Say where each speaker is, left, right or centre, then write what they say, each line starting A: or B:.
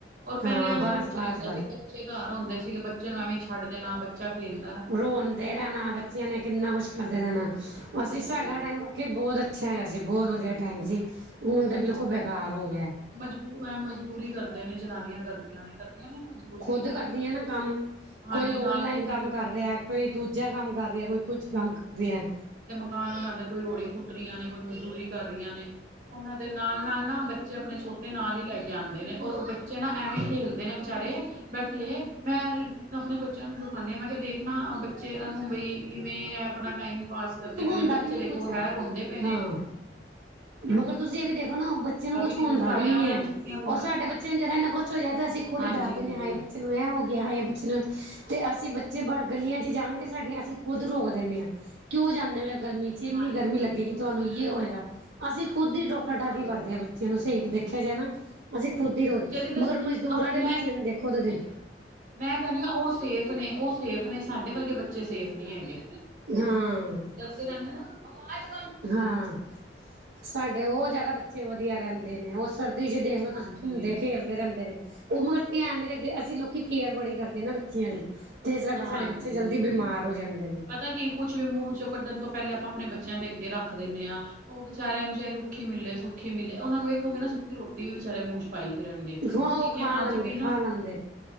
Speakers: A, on the right; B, on the right.
A: ਔਰ
B: ਹਾਂ
A: ਪੈਲੇ ਐਸਾ
B: ਬਸ-ਬਸ-ਬਸ
A: ਕੁਛ ਨੀ ਹੁੰਦਾ ਸੀ ਕੱਚੇ ਘਰ ਹੁੰਦੇ ਸੀਗੇ ਬੱਚੇ ਨੂੰ ਐਵੇਂ ਛੱਡ ਦੇਣਾ ਬੱਚਾ ਖੇਲ
B: ਰੋਂਦੇ ਰੈਂਣਾ ਬੱਚਿਆਂ ਨੇ ਕਿੰਨਾ ਕੁਛ ਕਰਦੇ ਰੈਣਾ
A: ਹਾਂ
B: ਅਸੀ
A: ਹਾਂਜੀ
B: ਸਾਡਾ ਟੈਮ ਕੀ ਬੋਤ ਅੱਛਾ ਹੈਗਾ ਸੀ, ਬੋਤ ਵਧੀਆ ਟੈਂਮ ਸੀ। ਹੁਣ ਤਾਂ ਬਿਲਕੁਲ ਬੇਕਾਰ ਹੋ ਗਿਐ।
A: ਮਜ਼ਬੂ, ਮਜ਼ਦੂਰੀ ਕਰਦੇ ਨੇ ਜਨਾਨੀਆਂ ਕਰਦੀਆਂ ਨੇ ਕਰਦੀਆਂ ਨੇ ਨਾ ਮਜ਼ਦੂਰੀ
B: ਖੁਦ
A: ਨਿੱਕੇ
B: ਕਰਦੀ
A: ਬੱਚੇ
B: ਆ ਨਾ
A: ਨਾਲ।
B: ਕੰਮ
A: ਹਾਂਜੀ
B: ਕੋਈ ਓਨਲਾਈਨ
A: ਨਾਲ ਨਿੱਕੇ ਨਿੱਕੇ
B: ਕੰਮ ਕਰ ਰਿਐ, ਕੋਈ ਦੂਜਾ ਕੰਮ ਕਰ ਰਿਆ, ਕੋਈ ਕੁਛ ਕੰਮ ਕਰ ਰਿਐ।
A: ਕਾਨ ਬਣਾਦੇ ਕੋਈ ਰੋੜੀ ਕੁੱਟ ਰੀਆਂ ਨੇ, ਕੋਈ ਮਜ਼ਦੂਰੀ ਕਰ ਰੀਆਂ ਨੇ, ਉਨਾਂ ਦੇ ਨਾਲ- ਨਾਲ ਨਾ, ਬੱਚੇ ਆਪਣੇ ਛੋਟੇ ਨਾਲ ਈ ਲੈ ਕੇ ਆਂਦੇ ਨੇ, ਔਰ ਓ ਬੱ ਬੱਚੇ ਨਾ ਐਵੇਂ ਖੇਲਦੇ ਨੇ ਵਿਚਾਰੇ ਬੈਠੇ ਮੈਂ ਆਪਣੇ ਬੱਚਿਆਂ ਨੂੰ ਦਿਖਾ ਨੀ ਆ ਮੈਂ ਕਿਆ ਦੇ ਖਨਾ ਬੱਚਿਆਂ ਨੂੰ ਬਾਈ ਕਿਵੇਂ ਐ ਆਪਣਾ ਟਾਈਮ ਪਾਸ ਕਰਦੇ ਪਏ
B: ਹੁੰਦਾ
A: ਨੇ ਬੱਚੇ
B: ਵੀ ਨੀ
A: ਦੇਖੋ
B: ਕੁਛ
A: ਹੈ ਰੋਂਦੇ ਪਏ ਨੇ।
B: ਹਾਂ ਮਗਰ ਤੁਸੀ ਏ ਵੀ ਦੇਖੋ ਨਾ ਬੱਚੇ ਨੂੰ ਕੁੱਛ
A: ਨੀ
B: ਹੁੰਦਾ
A: ਕੁਛ ਸਾਡਿਆਂ
B: ਵੀ ਨੀ
A: ਵਾਲਿਆਂ
B: ਐ,
A: ਨੂੰ ਛੁੱਟੀਆਂ ਬਿਮਾਰ
B: ਅੋਰ ਸਾਡੇ ਬੱਚੇ ਨੂੰ ਜਰਾ ਇੰਨਾ ਕੁ ਛ ਹੋਜੇ ਤਾਂ ਅਸੀ ਖੁੱਦ
A: ਹਾਂਜੀ
B: ਡਰ ਜਾਂਨੇ
A: ਹਾਂਜੀ
B: ਆ, ਹਾਏ ਬੱਚੇ ਨੂੰ ਐ ਹੋ ਗਿਆ, ਹਾਏ ਬੱਚੇ ਨੂੰ ਤੇ ਅਸੀ ਬ ਚੇ ਬਾਰ ਗਲੀਆਂ ਚ ਜਾਣਗੇ ਸਾਡੀਆਂ ਅਸੀ ਖੁਦ ਰੋਕ ਦਣੇ ਆ ਕਿਉਂ ਜਾਂਦੇ <unintelligible> ਗਰਮੀ ਚ ਇੰਨੀ
A: ਹਾਂਜੀ
B: ਗਰਮੀ ਲੱਗੇਗੀ
A: ਹਾਂਜੀ ਉਹ
B: ਤੁਹਾਨੂੰ
A: ਤਾਂ
B: ਯੇ
A: ਹੈ
B: ਹੋਏਗਾ ਅਸੀਂ ਖੁਦ ਈ ਟੋਕਾ-ਟਾਕੀ ਕਰਦੇ
A: ਹਾਂਜੀ
B: ਆ ਬੱ ਬੱਚਿਆਂ ਨੂੰ ਸਈ ਦੇਖਿਆ ਜਾਏ ਨਾ ਅਸੀ ਖੁਦ ਈ ਰੋਜ਼
A: ਜਦੀ ਤਾਂ
B: ਮਗਰ ਮਜ਼ਦੂਰਾਂ ਦੇ
A: ਮੈਂ
B: ਬੱਚਿਆਂ ਨੂੰ ਦੇਖੋ ਕਦੇ
A: ਮੈਂ ਕੈਨੀ ਆ ਓ ਸੇਫ਼ ਨੇ ਓ ਸੇਫ਼ ਨੇ ਸਾਡੇ ਵਰਗੇ ਬੱਚੇ ਸੇਫ਼ ਨੀ ਹੈਗੇ।
B: ਹਾਂ।
A: ਰੇਂਦੇ ਓ ਨਾ <unintelligible> ਆਵਾਜ਼।
B: ਹਾਂ ਸਾਡੇ ਓ ਜਾਦਾ ਬੱਚੇ ਵਧੀਆ ਰੈਂਦੇ ਨੇ ਓ ਸਰਦੀ ਚ ਦੇਖ ਲੋ ਤੁਸੀ
A: ਹਾਂਜੀ
B: ਘੁੰਮਦੇ ਖੇਲਦੇ ਰੈਂਦੇ ਨੇ, ਓ ਮਗਰ ਧਿਆਨ ਨੀ ਰੱਖਦੇ ਅਸੀ ਲੋਕ <unintelligible> ਕੇਅਰ ਬੜੀ ਕਰਦੇ ਆ ਨਾ ਬੱਚਿਆਂ ਦੀ ਤੇ ਇਸ ਕਰਕੇ
A: ਹਾਂਜੀ
B: ਸਾਡੇ ਬੱਚੇ ਜਲਦੀ
A: ਹਾਂਜੀ।
B: ਬਿਮਾਰ ਹੋ ਜਾਂਦੇ ਨੇ।
A: ਪਤਾ ਕੀ ਕੁਛ ਵੀ, ਮੂੰਹ ਚੋਂ ਕੱਢਣ ਤੋਂ ਪੈਲੇ ਆਪਾਂ ਆਪਣੇ ਬੱਚਿਆਂ ਦੇ ਅੱਗੇ ਰੱਖ ਦਿੰਨੇ ਆ ਓ ਵਿਚਾਰਿਆਂ ਨੂੰ ਜੇ, ਰੁੱਖੀ ਮਿਲੇ ਸੁੱਖੀ ਮਿਲੇ ਓਨਾਂ ਨੂੰ ਵੇਖੋ ਗੇ ਨਾ ਸੁੱਕੀ ਰੋਟੀ ਵੀ ਵਿਚਾਰੇ ਮੂੰਹ ਚ ਪਾਈ ਫਿਰਨਗੇ। ਠੀਕ
B: ਹਾਂ, ਓ
A: ਹੈ
B: ਖਾਂ
A: ਅੱਜ
B: ਲੈਂਦੇ,
A: ਵੀ
B: ਖਾਂ
A: ਨਾ
B: ਲੈਂਦੇ।